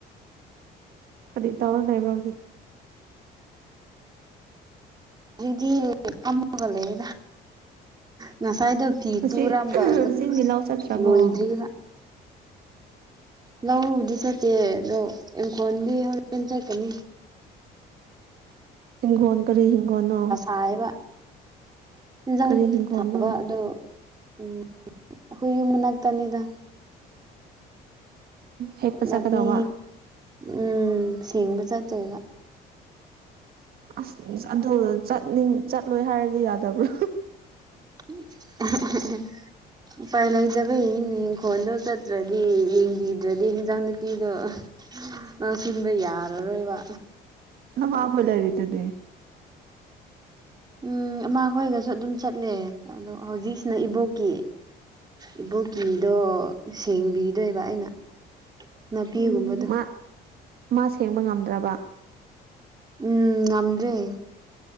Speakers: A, on the right; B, on the right.
A: ꯀꯔꯤ ꯇꯥꯑꯣꯔꯒ ꯂꯩꯕꯔꯣ꯫
B: ꯑꯗꯨꯗꯤ ꯐꯝꯃ ꯂꯩ ꯉꯁꯥꯏꯗ ꯐꯤ
A: ꯉꯁꯤ
B: ꯇꯨꯔꯝꯕ ꯑꯣ
A: ꯆꯤꯡꯒꯤ ꯂꯧ ꯆꯠꯇ꯭ꯔꯕꯣ
B: ꯂꯣꯏꯗ꯭ꯔꯤꯕ
A: <inaudible>
B: ꯂꯧꯕꯨꯗꯤ ꯆꯠꯇꯦ ꯑꯗꯣ ꯏꯪꯈꯣꯜꯗꯤ ꯍꯧꯔꯟ ꯆꯠꯀꯅꯤ꯫
A: ꯍꯤꯡꯈꯣꯜ ꯀꯔꯤ ꯍꯤꯡꯒꯣꯅꯣ?
B: ꯄꯥꯏꯕ ꯍꯤꯟꯖꯥꯡ
A: ꯀꯔꯤ
B: ꯄꯤ
A: ꯍꯤꯡꯒꯣꯜꯅꯣ
B: ꯊꯥꯕ ꯑꯗꯨ ꯎꯝ ꯍꯨꯏꯌꯨꯝ ꯃꯅꯥꯛꯇꯅꯤꯗ
A: ꯍꯦꯛꯄ
B: ꯅꯕꯤ
A: ꯆꯠꯀꯗꯧꯕ
B: ꯎꯝ ꯁꯦꯡꯕ ꯆꯠꯇꯣꯏꯕ
A: ꯑꯁ ꯑꯗꯨ ꯆꯠꯅꯤꯡ ꯆꯠꯂꯣꯏ ꯍꯥꯏꯔꯗꯤ ꯌꯥꯗꯕ꯭ꯔꯣ?
B: <unintelligible> ꯎꯄꯥꯏ ꯂꯩꯇꯕ ꯏꯅꯤꯪꯈꯣꯟꯗꯣ ꯆꯠꯇ꯭ꯔꯗꯤ ꯌꯦꯡꯕꯤꯗ꯭ꯔꯗꯤ ꯍꯟꯖꯥꯡ ꯅꯨꯄꯤꯗꯣ ꯅ ꯁꯤꯗ ꯌꯥꯔꯔꯣ ꯕ
A: ꯅ ꯃꯥꯕꯂ ꯍꯔꯤꯗꯗꯤ
B: ꯎꯝ ꯑꯃꯈꯣꯏꯒꯁꯨ ꯑꯗꯨꯝ ꯆꯠꯂꯦ ꯑꯗꯣ ꯍꯧꯖꯤꯛꯁꯤꯅ ꯏꯕꯣꯛꯀꯤ ꯏꯕꯣꯛꯀꯤꯗꯣ ꯁꯦꯡꯕꯤꯗꯣꯏꯕ ꯑꯩꯅ ꯅꯥꯄꯤꯒꯨꯝꯕꯗꯣ
A: ꯎ ꯃꯥ ꯃꯥ ꯁꯦꯡꯕ ꯉꯝꯗ꯭ꯔꯕ
B: ꯎꯝ ꯉꯗ꯭ꯔꯦ